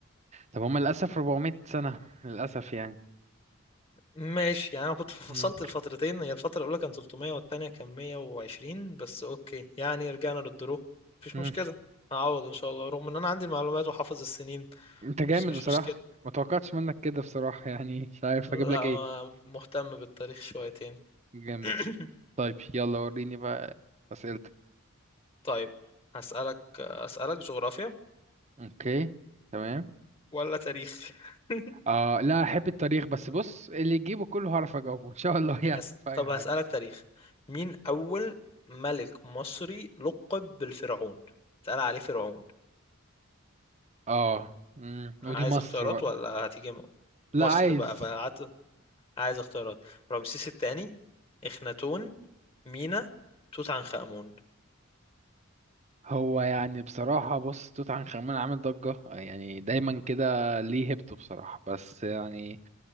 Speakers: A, on the right (about 30°); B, on the left (about 25°).
A: طب هم للاسف 400 سنه للاسف يعني
B: ماشي يعني انا كنت فصلت
A: مم.
B: الفترتين هي الفتره الاولى كانت 300 والتانيه كان 120 بس اوكي يعني رجعنا للدرو مفيش
A: مم.
B: مشكله هعوض ان شاء الله رغم ان انا عندي المعلومات وحافظ السنين
A: انت جامد
B: بس مش
A: بصراحه
B: مشكله
A: ما توقعتش منك كده بصراحه يعني مش عارف
B: لا
A: اجيب لك ايه
B: ما مهتم بالتاريخ شويتين
A: جامد
B: <coughs> <clears throat>
A: طيب يلا وريني بقى اسئله
B: طيب هسألك أسألك جغرافيا
A: اوكي تمام
B: ولا تاريخ <laughs>
A: اه لا احب التاريخ بس بص اللي يجيبه كله هعرف اجاوبه ان شاء الله <laughs> يعني
B: هس...
A: في اي
B: طب
A: حاجه
B: هسألك تاريخ مين أول ملك مصري لقب بالفرعون اتقال عليه فرعون
A: اه امم ودي
B: عايز
A: مصر
B: اختيارات
A: بقى
B: ولا هتيجي م-
A: لا
B: مصر
A: عايز
B: بقى فقعدت عايز اختيارات رمسيس الثاني اخناتون مينا توت عنخ آمون
A: هو يعني بصراحه بص توت عنخ امون عامل ضجه آه، يعني دايما كده ليه هيبته بصراحه بس يعني